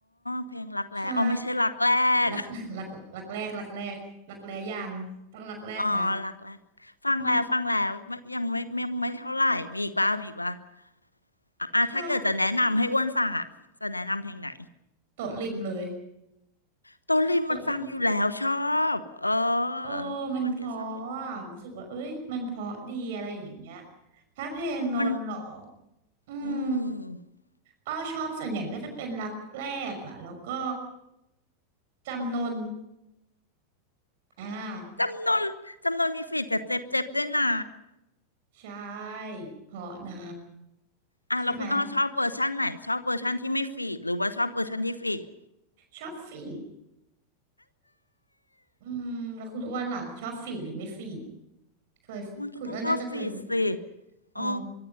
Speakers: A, on the left; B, on the right.
A: เพลงรักแร้อ๋อไม่ใช่รักแรก
B: ใช่รัก <laughs> รักรักแรกรักแรกรักแร้ยังต้องรักแรกนะ
A: อ๋อหลักแรกฟังแล้ว
B: อืม
A: ฟังแล้ว ไม่ยังไม่ไม่ไม่เท่าไหร่มีอีกป่ะมีอีกป่ะอ่ะอ่ะถ้าเกิดจะแนะนำให้อ้วนฟังอ่ะจะแนะนำเพลงไหน
B: ชอบโต๊ะริมเลย
A: โตลิมมันฟังอยู่แล้วชอบเออ
B: โต๊ะริมโอ้มันเพราะอะรู้สึกว่าเอ้ยมันเพราะดีอะไรอย่างเงี้ย
A: อ้วนก็ชอบอยู่
B: ถ้าเพลงนนท์เหรอ
A: มัน
B: อืม
A: อืม
B: อ้อชอบส่วนใหญ่ก็จะเป็นรักแรกอ่ะแล้วก็จำนนอ่า
A: จำนวนจำนวนมีฟีดกับเจ็บเจ็บด้วยนะ
B: ใช่เพราะนะ
A: อ่ะแล้วคุณอ้อชอบเวอร์ชั่นไหนชอบเวอร์ชั่นที่ไม่ฟีดหรือว่าชอบเวอร์ชั่นที่ฟีด
B: ใช่ไหมชอบฟีดอืมแล้วคุณอ้วนล่ะชอบฟีดหรือไม่ฟีดเคยคุณอ้วนน่าจะเคยดู
A: อ้วนก็ต้องชอบฟีดสิโอ้
B: อ๋อ